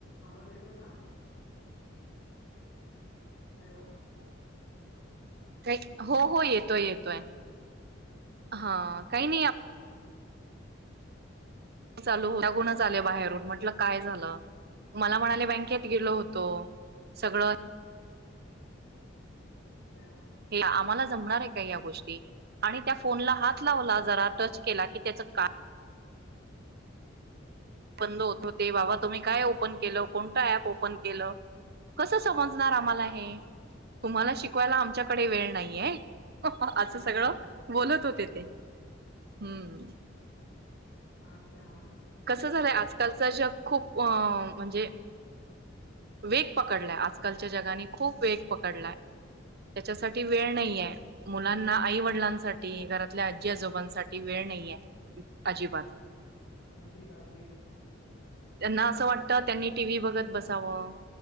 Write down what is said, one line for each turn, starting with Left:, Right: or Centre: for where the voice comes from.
Left: आवाज येतोय का? हॅलो
Right: कईट हो हो येतोय येतोय हा काही नाही चालू लागूनच बाहेरून म्हटलं काय झालं मला म्हणाले बँके त गेलो होतो सगळं.
Left: हम्
Right: हिला आम्हाला जमणार आहे का या गोष्टी आणि त्या फोनला हात लावला जरा टच केला की त्याच का बंद होत होत. ए बाबा तुम्ही काय ओपन केलं? कोणतं ऍप ओपन केलं? कसं समजणार आम्हाला हे? तुम्हाला शिकवायला आमच्याकडे वेळ नाहीय. असं
Left: तेच
Right: सगळं
Left: ना.
Right: बोलत होते ते. हम्म.
Left: अच्छा.
Right: कसं झालंय आजकालच जग खूप अ म्हणजे वेग- पकडलाय. आजकालच्या जगाने खूप वेग पकडलाय त्याच्यासाठी वेळ नाहीेए.
Left: बरोबर
Right: मुलांना आई वडिलांसाठी, घरातल्या आजी आजोबांसाठी वेळ नाहीए अजिबात.
Left: अगदीच अगदीच.
Right: त्यांना असं वाटत त्यांनी टीव्ही बघत बसावं-